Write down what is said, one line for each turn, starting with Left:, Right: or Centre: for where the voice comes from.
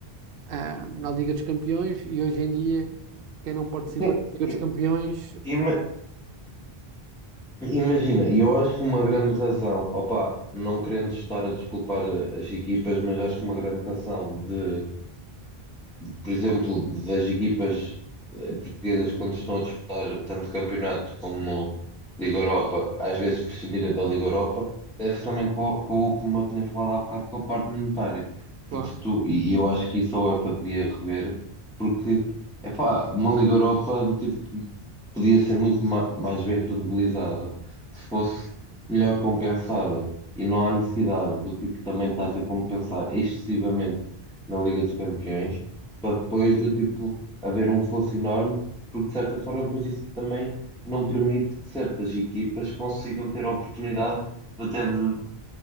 Right: ah, na Liga dos Campeões e hoje em dia quem não participa
Centre: Tem-
Right: da Liga
Centre: e-
Right: dos Campeões,
Centre: e- mas- Imagina, e eu acho que uma grande razão, opa, não querendo estar a desculpar as equipas, mas acho que uma grande razão de por exemplo, das equipas eh, portuguesas quando estão a disputar tanto campeonato como Liga Europa, às vezes prescindirem da Liga Europa, deve-se também com, com, como eu tinha falado há bocado, com a parte monetária.
Right: claro,
Centre: Porque se tu, e eu acho que isso a UEFA deveria rever, porque, epá, uma Liga Europa do tipo podia ser muito ma- mais bem credibilizada se fosse melhor compensada. E não há necessidade do tipo também estás a compensar excessivamente na Liga dos Campeões, para depois de tipo haver um fosso enorme, porque de certa forma depois isso também não permite que certas equipas consigam ter a oportunidade de até de